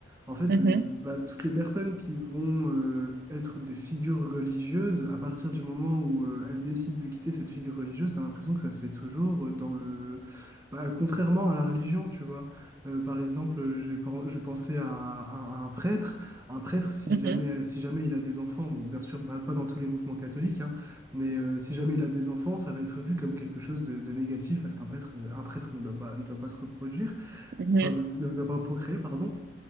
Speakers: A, on the right; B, on the right.
A: En fait,
B: Mhm,
A: euh, bah, toutes les personnes qui vont euh, être des figures religieuses, à partir du moment où euh, elles décident de quitter cette figure religieuse, t'as l'impression que ça se fait toujours euh, dans le... bah, contrairement à la religion, tu vois. Euh, par exemple, euh, je vais, pen- je vais penser à, à- à un prêtre. Un prêtre, si
B: mhm,
A: jamais, euh, si jamais il a des enfants, bon, bien sûr, bah, pas dans tous les mouvements catholiques, hein, mais euh, si jamais il a des enfants, ça va être vu comme quelque chose de, de négatif parce qu'un prêtre, ne- un prêtre ne doit pas, ne doit pas se reproduire,
B: mhm,
A: enfin, ne ne doit pas procréer, pardon.